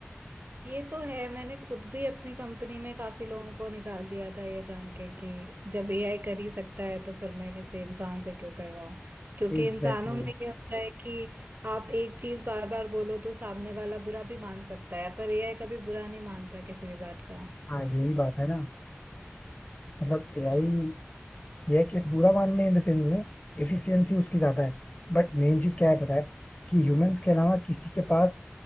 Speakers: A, on the right; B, on the left.
A: ये तो है मैंने खुद भी अपनी कंपनी में काफी लोगों को निकाल दिया था ये जान के कि जब एआई कर ही सकता है तो फिर मैं किसी इंसान से क्यों करवाऊं क्योंकि
B: एग्जैक्टली
A: इंसानों में ये होता है कि आप एक चीज बार बार बोलो तो सामने वाला बुरा भी मान सकता है पर एआई कभी बुरा नहीं मानता किसी भी बात का
B: हाँ यही बात है ना मतलब एआई
A: जी
B: यह है कि एक बुरा मानने इन द सेंस में एफिशिएंसी उसकी ज्यादा है बट मेन चीज क्या है पता है कि ह्यूमंस के अलावा किसी के पास